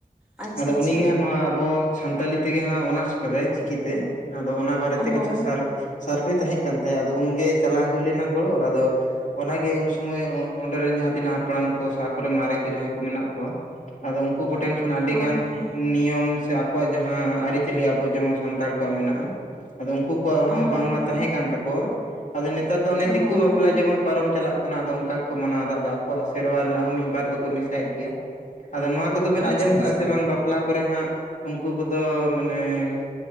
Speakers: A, in the centre; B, on the left.
A: ᱟᱪᱪᱷᱟ
B: ᱟᱫᱚ
A: ᱟᱪᱪᱷᱟ
B: ᱩᱱᱤ ᱜᱮ ᱦᱟᱸᱜ ᱱᱚᱣᱟ ᱟᱵᱚ ᱥᱟᱱᱛᱟᱞᱤ ᱛᱮᱜᱮ ᱦᱟᱸᱜ ᱚᱱᱟᱨᱥ ᱠᱟᱫᱟᱭ ᱪᱤᱠᱤ ᱛᱮ, ᱟᱫᱚ ᱚᱱᱟ ᱵᱟᱨᱮ
A: ᱦᱳᱭ
B: ᱛᱮ ᱠᱤᱪᱷᱩ ᱥᱟᱨ ᱥᱟᱨᱵᱷᱮ ᱛᱟᱦᱮᱸᱜ ᱠᱟᱱ ᱛᱟᱭᱟ ᱟᱫᱚ ᱩᱱᱜᱮ ᱪᱟᱞᱟᱣ ᱦᱩᱭ ᱞᱮᱱᱟ ᱜᱚᱲᱚ ᱟᱫᱚ ᱚᱱᱟ ᱜᱮ ᱩᱱ ᱥᱩᱢᱟᱹᱭ ᱚᱸ ᱚᱸᱰᱮᱨᱮᱱ ᱡᱟᱦᱟᱸ ᱛᱤᱱᱟᱹᱜ ᱦᱟᱯᱲᱟᱢ ᱠᱚ ᱥᱟ ᱠᱚᱨᱮᱱ ᱢᱟᱨᱮ ᱠᱚ ᱡᱟᱦᱟᱸᱭ ᱠᱚ ᱢᱮᱱᱟᱜ ᱠᱚᱣᱟ, ᱟᱫᱚ ᱩᱱᱠᱩ ᱠᱚᱴᱷᱮᱱ ᱠᱷᱚᱱ ᱟᱹᱰᱤ
A: ᱚ
B: ᱜᱟᱱ
A: ᱦᱚᱸ
B: ᱱᱤᱭᱚᱢ ᱥᱮ ᱟᱠᱚᱣᱟᱜ ᱡᱟᱦᱟᱸ ᱟᱹᱨᱤᱪᱟᱹᱞᱤ ᱟᱵᱚ ᱡᱮᱢᱚᱱ ᱥᱟᱱᱛᱟᱲ ᱠᱚᱣᱟᱜ ᱢᱮᱱᱟᱜᱼᱟ, ᱟᱫᱚ ᱩᱱᱠᱩ ᱠᱚᱣᱟᱜ
A: ᱦᱳᱭ
B: ᱦᱚᱸ ᱵᱟᱝᱢᱟ
A: ᱦᱳᱭ
B: ᱛᱟᱦᱮᱸ ᱠᱟᱱ ᱛᱟᱠᱚᱣᱟ, ᱟᱫᱚ ᱱᱮᱛᱟᱨ ᱫᱚ ᱚᱱᱮ ᱫᱤᱠᱩ
A: ᱦᱳᱭ
B: ᱵᱟᱯᱞᱟ
A: ᱦᱳᱭ
B: ᱡᱮᱢᱚᱱ ᱯᱟᱨᱚᱢ ᱪᱟᱞᱟᱜ ᱠᱟᱱᱟ ᱟᱫᱚ ᱚᱱᱠᱟ ᱠᱚ ᱢᱟᱱᱟᱣ ᱫᱟ, ᱟᱫᱚ ᱟᱠᱚᱣᱟᱜ ᱥᱮᱨᱣᱟ ᱨᱮᱱᱟᱜ ᱦᱚᱸ ᱢᱤᱫ ᱵᱟᱨ ᱫᱚ ᱠᱚ ᱢᱮᱥᱟᱭᱮᱫ ᱜᱮᱭᱟ, ᱟᱫᱚ ᱱᱚᱣᱟ ᱠᱚᱫᱚ ᱵᱮᱱ
A: ᱟᱪᱪᱷᱟ
B: ᱟᱸᱡᱚᱢ ᱠᱟᱜᱼᱟ
A: ᱟᱪᱪᱷᱟ
B: ᱥᱮ ᱵᱟᱝ ᱵᱟᱯ ᱯᱞᱟ ᱠᱚᱨᱮ ᱦᱟᱸᱜ ᱩᱱᱠᱩ ᱠᱚᱫᱚ ᱢᱟᱱᱮ